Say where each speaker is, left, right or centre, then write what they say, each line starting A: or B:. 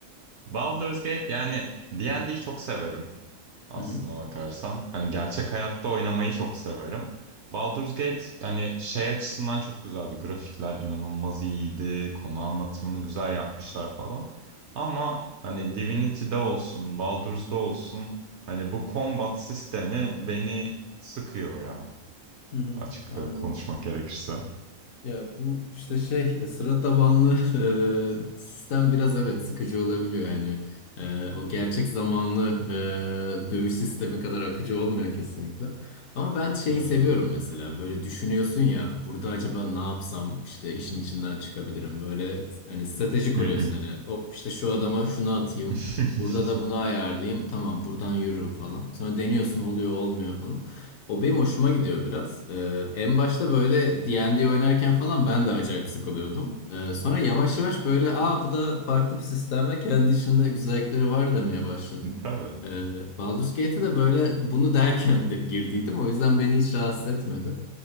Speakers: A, on the right; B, on the left.
A: Baldur's Gate yani D&D'yi çok severim. aslına
B: Hı hı.
A: bakarsan. Hani gerçek hayatta oynamayı çok severim. Baldur's Gate hani şey açısından çok güzeldi. Grafikler inanılmaz iyiydi. Konu anlatımını güzel yapmışlar falan. Ama hani Divinity'de olsun, Baldur's'da olsun hani bu combat sistemi beni sıkıyor ya.
B: Hı hı.
A: Açık
B: Anladım.
A: konuşmak gerekirse.
B: Ya bu işte şey e, sıra tabanlı <laughs> e, sistem biraz evet sıkıcı olabiliyor hani E, o gerçek zamanlı e, dövüş sistemi kadar akıcı olmuyor kesinlikle. Ama ben şeyi
A: Evet.
B: seviyorum mesela böyle düşünüyorsun ya burada acaba ne yapsam işte işin içinden çıkabilirim böyle hani strateji kuruyorsun
A: Hı hı.
B: hani hop işte şu adama şunu atayım
A: <laughs>
B: burada da bunu ayarlayayım tamam buradan yürürüm falan sonra deniyorsun oluyor olmuyor falan. O benim hoşuma gidiyor biraz. Ee, en başta böyle D&D oynarken falan ben de acayip sıkılıyordum. Ee, sonra yavaş yavaş böyle aa bu da farklı bir sistem ve kendi içinde güzellikleri var demeye başladım.
A: Tabii.
B: Ee, Baldur's Gate'e de böyle bunu derken de girdiydim. O yüzden beni hiç rahatsız etmedi.